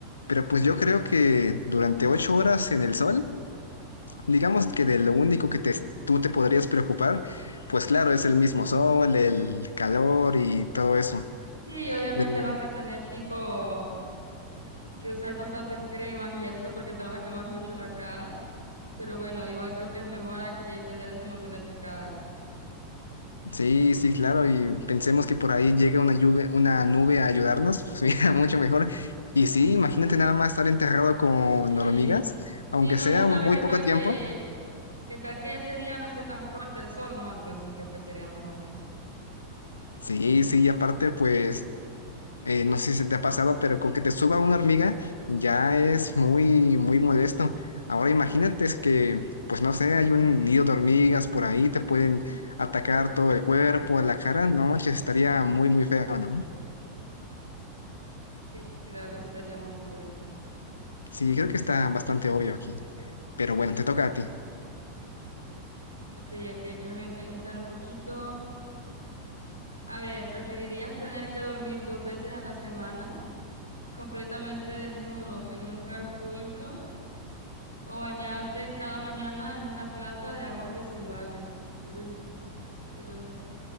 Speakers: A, on the left; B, on the right.
A: Pero pues yo creo que durante ocho horas en el sol, digamos que de lo único que te, tú te podrías preocupar, pues claro, es el mismo sol, el calor y todo eso.
B: Sí, obviamente
A: Pero
B: vas a tener tipo que usar bastantes cremas y eso porque te vas a quemar mucho la cara, pero bueno, igual creo que es mejor a que tener ese montón de picadas.
A: Sí, sí, claro, y pensemos que por ahí llega una lluvia, una nube a ayudarnos, pues mira, <laughs> mucho mejor. Y sí, imagínate nada más estar enterrado con
B: Sí,
A: hormigas,
B: sí,
A: aunque
B: no
A: sea
B: se sabe
A: muy
B: qué
A: poco
B: tal
A: tiempo.
B: que, qué tal que ese día no esté tan fuerte el sol, ¿no? Entonces creo que sería mejor eso.
A: Sí, sí, y aparte, pues, eh, no sé si te ha pasado, pero con que te suba una hormiga ya es muy, muy molesto. Ahora imagínate es que, pues no sé, hay un nido de hormigas por ahí, te pueden atacar todo el cuerpo, la cara, no, manches, estaría muy, muy feo, ¿no?
B: Sí, la verdad que sí estaría muy feo.
A: Sí, creo que está bastante obvio aquí. Pero bueno, te toca a ti.
B: Ok, ok, déjame pensar un poquito. A ver, ¿preferirías tener que dormir dos veces a la semana completamente desnudo en un lugar público o bañarte cada mañana en una planta de aguas residuales? Uy, ¿qué onda?